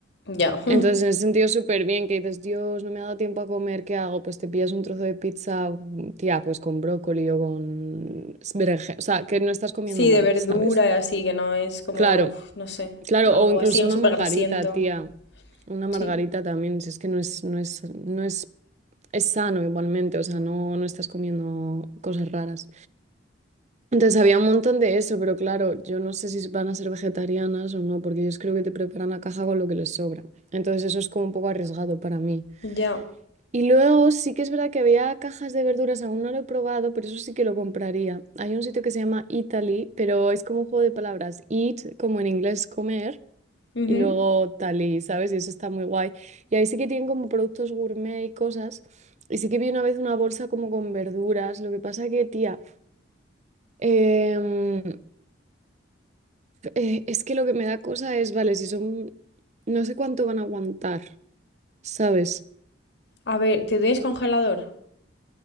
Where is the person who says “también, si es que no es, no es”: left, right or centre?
Right